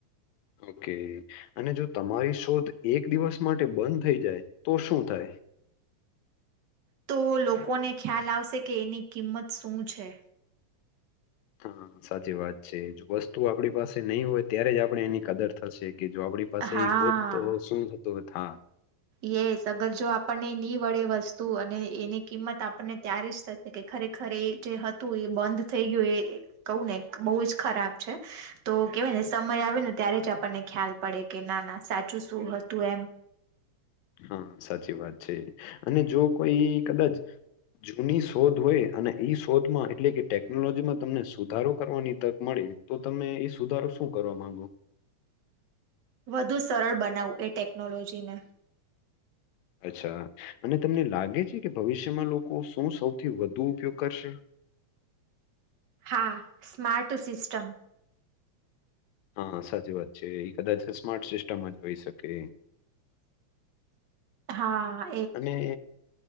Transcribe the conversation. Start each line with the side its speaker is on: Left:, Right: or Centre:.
Left: ઓકે અને જો તમારી શોધ એક દિવસ માટે બંધ થઈ જાય તો શું થાય?
Right: તો લોકોને ખ્યાલ આવશે કે એની કિંમત શું છે.
Left: હા સાચી વાત છે જો વસ્તુ આપણી પાસે નહી હોય ત્યારે જ આપણે એની કદર થશે કે જો આપડી પાસે
Right: હા
Left: એ હો તો સુંધતો થા.
Right: યસ અગર જો આપણને નહી વળે વસ્તુ અને એની કિંમત આપણને ત્યારે જ એ ખરેખર જે હતું એ બંધ થઈ ગયું એ કહું ને બહુ જ ખરાબ છે, તો કેવાય ને સમય આવે ને ત્યારે જ આપણને ખ્યાલ પડે કે ના ના સાચું શું હતું એમ.
Left: હા સાચી વાત છે, અને જો કોઈ કદાચ જૂની શોધ હોય અને ઈ શોધમાં એટલે કે ટેકનોલોજીમાં તમને સુધારો કરવાની તક મળે. તો તમે એ સુધારો શું કરવા માંગો?
Right: વધુ સરળ બનાવવું એ ટેકનોલોજીને.
Left: અચ્છા, અને તમને લાગે છે કે ભવિષ્યમાં લોકો શું સૌથી વધુ ઉપયોગ કરશે?
Right: હા, સ્માર્ટ સિસ્ટમ.
Left: હા સાચી વાત છે એ કદાચ સ્માર્ટ સિસ્ટમમાં જ હોઈ શકે.
Right: હા હા.
Left: અને